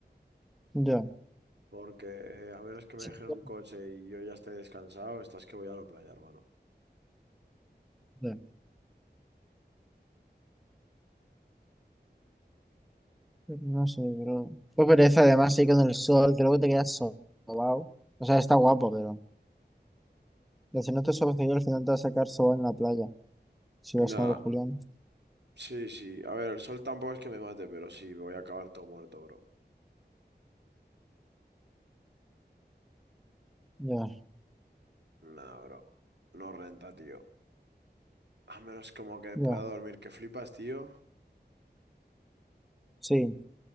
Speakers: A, in the centre; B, on the right.
A: ya.
B: Porque eh, a menos que
A: Sí,
B: me dejen
A: ya,
B: un coche y yo ya esté descansado, estás que voy a la playa, hermano.
A: ya. No sé, bro. Qué pereza, además, sí, con el sol, creo que te quedas sobao. O sea, está guapo, pero. pero Si no te sobas al final te vas a sacar sobao en la playa. Si
B: Nah,
A: vas con el Julián.
B: sí, sí. A ver, el sol tampoco es que me mate, pero sí, voy a acabar todo muerto, bro.
A: Ya,
B: Nah, bro. No renta, tío. A menos como que
A: ya.
B: pueda dormir que flipas, tío.
A: Sí,